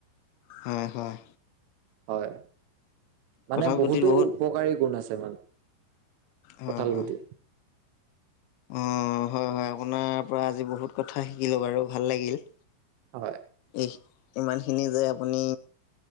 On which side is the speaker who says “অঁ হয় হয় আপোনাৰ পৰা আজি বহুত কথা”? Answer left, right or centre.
Left